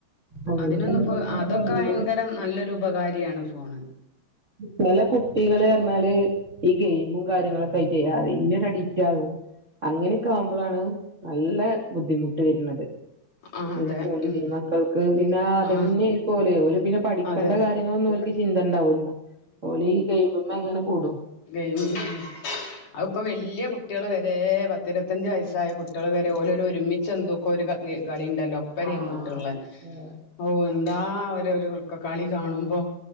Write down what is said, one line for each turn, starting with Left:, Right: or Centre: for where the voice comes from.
Right: അങ്ങനെയൊക്കെ
Left: അതിനൊന്നപ്പോ അതൊക്കെഭയങ്കര നല്ലൊരു ഉപകാരിയാണ് ഫോണ്
Right: ചെല കുട്ടികള്ന്നറഞ്ഞാല് ഈ ഗെയിമും കാര്യങ്ങളൊക്കായിറ്റെ അയ്നൊരഡിക്റ്റാകും അങ്ങനെക്കാ വ്മ്പലാണ് നല്ല ബുദ്ധിമുട്ട് വരുന്നത്
Left: ആ അതെ
Right: ഫോണിൽ
Left: ഉം
Right: മക്കൾക്ക് പിന്നെ അതയിരിക്കേപലെ
Left: ആ
Right: പിന്നെ പഠിക്കേണ്ട
Left: അതെ
Right: കാര്യ കാര്യങ്ങളൊൽക്ക് ചിന്തണ്ടാവൂലഓല് ഈ ഗെയിമ്മ്മങ്ങനെ കൂടും
Left: ഗെയി ഉം അവ്പ്പോ വല്ല്യ കുട്ട്യാള് വരെ ഒരേ പത്തിരുപത്തഞ്ച് വയസ്സായ കുട്ട്യാള് വരെ ഓലൊരുരുമിചൊന്തെക്കോരു കളിയൊക്കെണ്ടല്ലോ ഒപ്പരരിന്നിട്ട്ള്ള
Right: ആഹ് അത്
Left: ഓ എന്താ അവരൊരു കളി കാണുമ്പോ